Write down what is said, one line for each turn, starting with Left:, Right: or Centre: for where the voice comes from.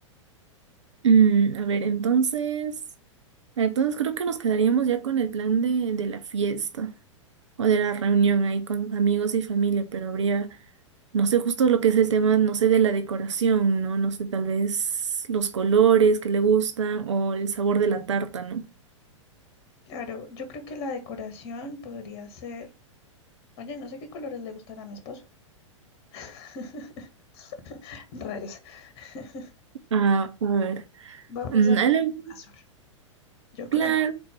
Right: Mm, a ver, entonces. Entonces creo que nos quedaríamos ya con el plan de, de la fiesta o de la reunión ahí con amigos y familia, pero habría, no sé justo lo que es el tema, no sé, de la decoración, ¿no? No sé, tal vez los colores que le gustan o el sabor de la tarta, ¿no?
Left: Claro, yo creo que la decoración podría ser... Oye, no sé qué colores le gustan a mi esposo. <laughs> Raros. <laughs>
Right: Ah, a ver.
Left: Vamos
Right: Mm,
Left: a
Right: a
Left: poner
Right: la-
Left: un azul, yo
Right: Claro,
Left: creo.